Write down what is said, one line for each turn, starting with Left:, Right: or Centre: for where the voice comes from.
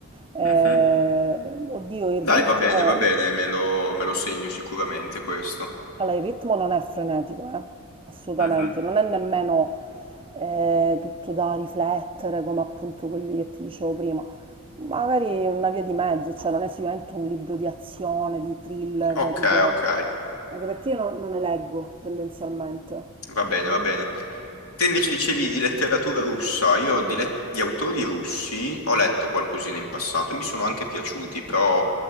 Right: Eh,
Left: Mhm.
Right: oddio, il ritmo,
Left: Dai, va bene, va bene, me lo, me lo segno sicuramente questo.
Right: allora, il ritmo non è frenetico, eh, assolutamente,
Left: Mhm.
Right: non è nemmeno eh, tutto da riflettere come appunto quelli che ti dicevo prima. Magari è una via di mezzo, cioè non è sicuramente un libro di azione, di thriller,
Left: Ok,
Right: tipo,
Left: ok.
Right: anche perché io non, non ne leggo tendenzialmente.
Left: Va bene, va bene. Te invece dicevi di letteratura russa, io di, let- di autori russi ho letto qualcosina in passato, mi sono anche piaciuti, però